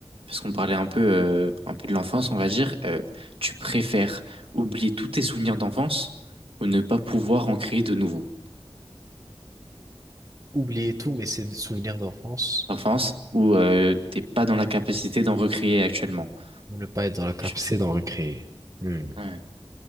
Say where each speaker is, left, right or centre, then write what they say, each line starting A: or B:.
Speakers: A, on the right (about 70°); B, on the right (about 35°).
A: parce qu'on parlait un peu, euh, un peu de l'enfance, on va dire. Euh, tu préfères oublier tous tes souvenirs d'enfance ou ne pas pouvoir en créer de nouveaux?
B: Oublier tout, mais c'est souvenirs d'enfance.
A: Enfance, ou euh, t'es pas dans la capacité d'en recréer actuellement.
B: Ou ne pas être dans la capacité
A: Tu-
B: d'en recréer. Hmm.
A: Ouais.